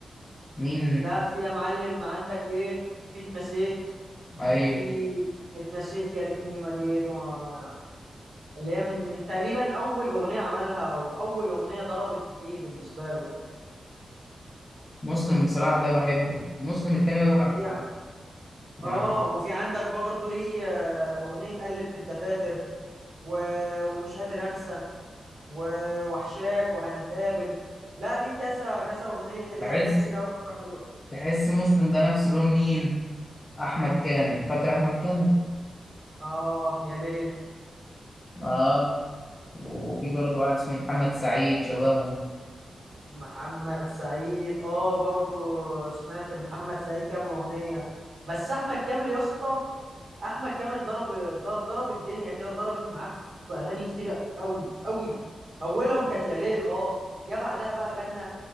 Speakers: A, on the left; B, on the right.
A: مين
B: لا في يا معلم عندك ايه في اتنسيت
A: أيوة
B: وفي اتنسيت يا ريتني ما جيت وما... اللي هي من من تقريبا اول اغنيه عملها او اول اغنيه ضربت ليه بالنسبه له
A: مسلم بصراحة ده بحبه مسلم التاني
B: وفي
A: بقى بتاع المنتخب.
B: ع-
A: مع-
B: اه وفي عندك برضو ليه آه، اغنية قلب في الدفاتر و... ومش قادر انسى و... وحشاك وهنتقابل لا ليه كذا كذا اغنية ليه
A: بحس
B: اغاني كتير قوي حلوة
A: تحس مسلم ده نفس لون مين أحمد كامل فاكر أحمد كامل
B: اه يا ليل
A: آه وفي برضه واحد اسمه محمد سعيد شبهه
B: محمد سعيد اه برضو سمعت لمحمد سعيد كام اغنية بس احمد كامل يا اسطى احمد كامل ضرب ضرب الدنيا كده ضربت معاه في اغاني كتير قوي قوي اولهم كانت يا ليل اه جه بعدها بقى غنى